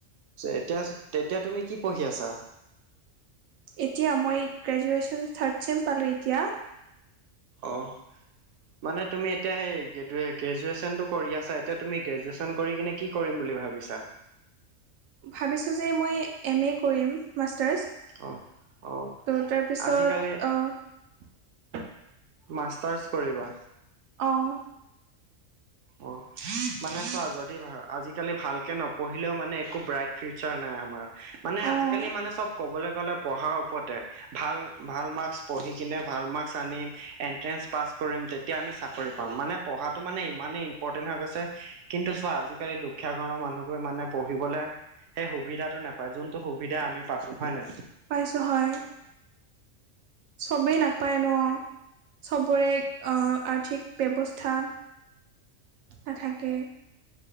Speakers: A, on the right; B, on the right.
A: এতিয়া তেতিয়া তুমি কি পঢ়ি আছা
B: এতিয়া মই গ্ৰেজুৱেশ্যন থাৰ্ড চেম পালো এতিয়া
A: অহ মানে তুমি এতিয়া সেই গ্ৰেদু গ্ৰেজুৱেচনটো কৰি আছা এতিয়া তুমি গ্ৰেজুৱেচন কৰি কিনে কি কৰিম বুলি ভাবিছা
B: ভাবিছো যে মই এম এ কৰিম মাষ্টাৰ্ছ
A: অ অ
B: ত' তাৰপিছত
A: আজিকালি
B: অহ
A: মাষ্টাৰ্চ কৰিবা
B: অহ
A: অ মানে চোৱা যদি আজিকালি ভালকে নপঢ়িলেও মানে একো ব্ৰাইট ফিউচাৰ নাই আমাৰ মানে
B: অ',
A: আজিকালি মানে চব ক'বলৈ গলে পঢ়াৰ ওপৰতে ভাল ভাল মাৰ্কছ পঢ়ি কিনে ভাল মাৰ্কছ আনিম এণ্ট্ৰেঞ্চ পাছ কৰিম তেতিয়া আমি চাকৰি পাম মানে পঢ়াটো মানে মেইন ইমানেই ইম্পটেণ্ট হৈ গৈছে কিন্তু চোৱা আজিকালি দুখীয়া ঘৰৰ মানুহবোৰে মানে পঢ়িবলে সেই সুবিধাটো নাপাই যোনটো সুবিধা আমি পাইছো হয় নাই
B: পাইছো হয় চবেই নাপায় ন চবৰে অ আৰ্থিক ব্যৱস্থা নাথাকে